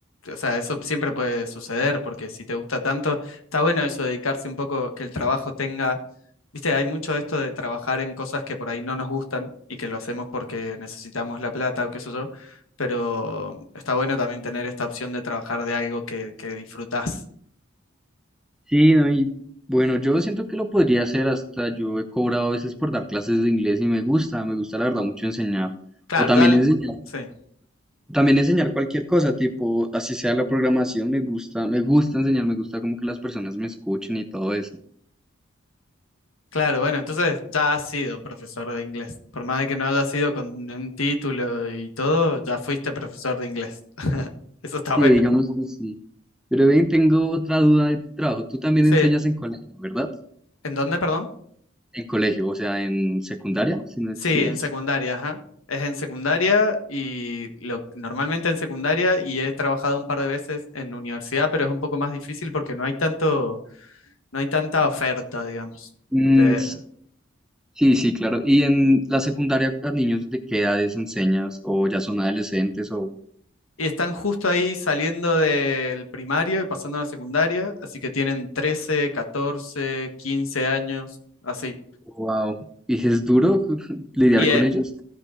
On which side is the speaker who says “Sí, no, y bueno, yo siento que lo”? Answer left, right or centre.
Centre